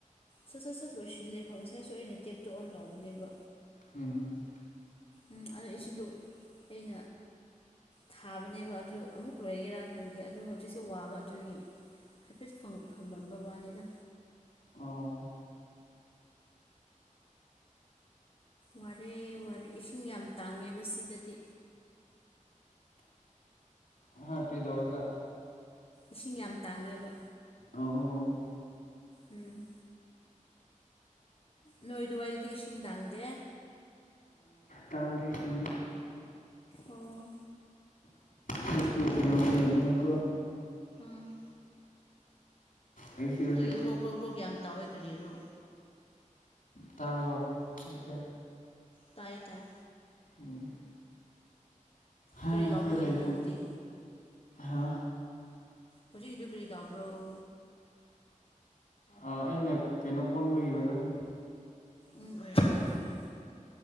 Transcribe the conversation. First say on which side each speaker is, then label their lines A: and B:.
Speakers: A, on the left; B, on the left.
A: ꯁꯠ ꯁꯠ ꯁꯠ ꯂꯣꯏꯁꯤꯜꯂꯦꯕ ꯉꯁꯥꯏꯁꯨ ꯑꯩꯅ ꯇꯦꯞꯇꯣ ꯑꯣꯟ ꯇꯧꯕꯅꯦꯕ
B: ꯎꯝ
A: ꯎꯝ ꯑꯗꯨ ꯏꯁꯤꯡꯗ ꯑꯩꯅ ꯊꯥꯕꯅꯦꯕ ꯑꯗꯨ ꯑꯃꯨꯛ ꯂꯣꯏꯒꯦꯔꯥ ꯈꯪꯗꯦ ꯑꯗꯨ ꯍꯧꯖꯤꯛꯁꯦ ꯋꯥꯕ ꯑꯗꯨꯒꯤ ꯍꯥꯏꯐꯦꯠ ꯐꯝ ꯊꯃꯝꯕ ꯋꯥꯅꯤꯗ
B: ꯑꯣ
A: ꯋꯥꯔꯦ ꯋꯥꯔꯦ ꯏꯁꯤꯡ ꯌꯥꯝ ꯇꯥꯡꯉꯦꯕ ꯁꯤꯗꯗꯤ
B: ꯑꯩ ꯀ꯭ꯔꯤꯗꯧꯏꯕ
A: ꯏꯁꯤꯡ ꯌꯥꯝ ꯇꯥꯡꯉꯦꯕ
B: ꯑꯣ
A: ꯎꯝ ꯅꯣꯏ ꯑꯗꯨꯋꯥꯏꯗꯨꯗꯤ ꯏꯁꯤꯡ ꯇꯥꯡꯗꯦ
B: ꯇꯥꯡꯗ‌ꯦ ꯍꯤꯡꯗꯦ
A: ꯑꯣ
B: ꯅꯪꯁꯤ ꯀꯩꯅꯣꯗ ꯂꯩ ꯅꯤꯅꯀꯣ
A: ꯑꯝ
B: ꯑꯩꯁꯦ ꯍꯧꯖꯤꯛ
A: ꯅꯣꯏꯒꯤ ꯀ꯭ꯔꯣꯛ ꯀ꯭ꯔꯣꯛ ꯀ꯭ꯔꯣꯛ ꯌꯥꯝ ꯇꯥꯎꯋꯦ ꯀꯔꯤꯔꯣ
B: ꯇꯥꯔꯕ‌ꯣ ꯍꯧꯖꯤꯛꯇ‌ꯦ
A: ꯇꯥꯏꯌꯦ ꯇꯥꯏ
B: ꯎꯝ ꯍꯥ
A: ꯀꯔꯤ
B: ꯑꯩꯈꯣꯏ
A: ꯇꯥꯎꯕꯒꯤꯅꯣ
B: ꯂꯩꯐꯝ
A: ꯅꯪꯅꯗꯤ
B: ꯍꯥ
A: ꯍꯧꯖꯤꯛꯒꯤꯗꯨ ꯀꯔꯤ ꯇꯧꯕ꯭ꯔ‌ꯣ
B: ꯑꯥ ꯑꯩꯅ ꯀꯩꯅꯣ ꯑꯣꯟꯕꯒꯤ ꯑꯣꯏꯔꯝꯅꯤ
A: ꯎꯝ ꯑꯣꯏꯔꯝꯅꯤ ꯑꯣꯏꯔꯝꯅꯤ